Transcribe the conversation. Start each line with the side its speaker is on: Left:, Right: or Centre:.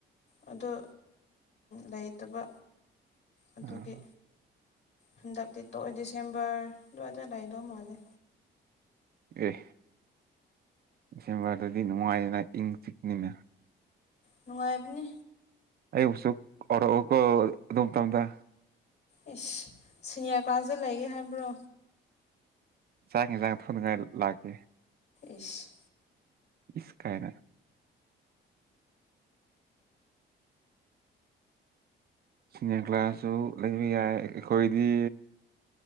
Left: ꯑꯣ ꯂꯩꯇꯕ ꯑꯗꯨꯒꯤ
Right: ꯑꯥ
Left: ꯍꯟꯗꯛꯇꯤ ꯇꯣꯛꯑꯦ ꯗꯤꯁꯦꯝꯕꯔ ꯑꯗꯨꯋꯥꯏꯗ ꯂꯩꯗꯧ ꯃꯥꯜꯂꯦ
Right: ꯑꯦ ꯗꯤꯁꯦꯝꯕꯔꯗꯗꯤ ꯅꯨꯡꯉꯥꯏꯌꯦꯅ ꯏꯪ ꯆꯤꯛꯅꯤꯅ
Left: ꯅꯨꯡꯉꯥꯏꯕꯅꯤ
Right: ꯑꯩ ꯎꯁꯨꯔ ꯑꯗꯨꯝ ꯇꯝꯗ
Left: ꯑꯦꯁ ꯁꯤꯅꯤꯌꯔ ꯀ꯭ꯂꯥꯁꯗ ꯂꯩꯒꯦ ꯍꯥꯏꯕ꯭ꯔꯣ
Right: ꯆꯥꯡꯦ ꯆꯥꯡ ꯊꯣꯏꯅꯉꯥꯏ ꯂꯥꯛꯒꯦ
Left: ꯏꯁ
Right: ꯏꯁꯀꯥꯏꯔ ꯁꯤꯅꯤ ꯀ꯭ꯂꯥꯁꯁꯨ ꯂꯩꯕ ꯌꯥꯏ ꯑꯩꯈꯣꯏꯗꯤ